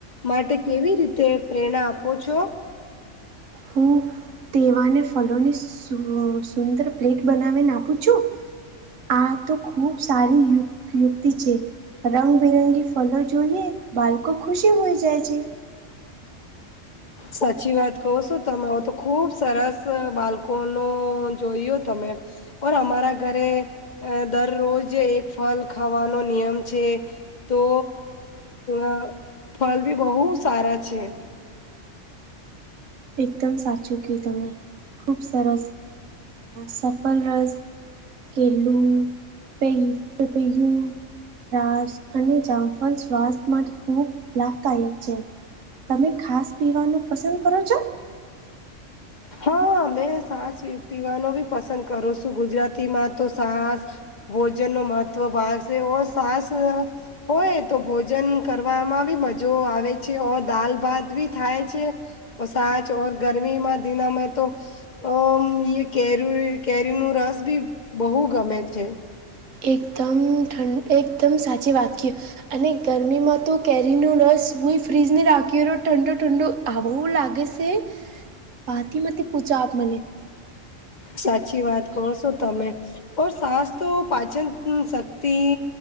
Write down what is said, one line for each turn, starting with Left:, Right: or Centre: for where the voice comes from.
Left: માટે કેવી રીતે પ્રેરણા આપો છો.
Right: હું તેવાને ફલોની સુંદર પ્લેટ બનાવીને આપું છું. આ તો ખુબ સારી યુ યુક્તિ છે. રંગબિરંગી ફલો જોઈએ બાળકો ખુશી હોય જાય છે.
Left: સાચી વાત કહો છો તમે તો ખુબ સરસ બાળકો ન જોયો તમે ઓ અમારા ઘરે દરરોજ એક ફલ ખાવાનો નિયમ છે. તો અ ફળ બી બહુ સારા છે.
Right: એકદમ સાચું કીધુ ખૂબ સરસ સફળ રસ કેલુ પે પપૈયુ દ્રાક્ષ અને જામફળ સ્વાસ્થ માટે ખૂબ લાભદાયક હોય છે. તમે ખાસ પીવાનું પસંદ કરો છો.
Left: હા મેં સાસ પીવાનો બી પસંદ કરો છું ગુજરાતીમાં તો સાસ ભોજન ન મહત્વ ભાગ છે, ઓ સાસ હોય તો ભોજન કરવામાં બી મજો આવે છે ઓ દાલ ભાત બી થાય છે. ઓ સાચ ઓ ગરમીમાં દિના મે તો અમ કેરી કેરી ન રસ બી બહુ ગમે છે.
Right: એકદમ ઠંડ એકદમ સાચી વાત કી અને ગરમીમાં તો કેરીનો રસ હું એ ફ્રીજને રાખીલો ઠંડો ઠંડો આવું લાગે છે ભથીમાંથી પૂછો આપ મને
Left: સાચી વાત કહો છો તમે ઓ સાસ તો પાચન શક્તિ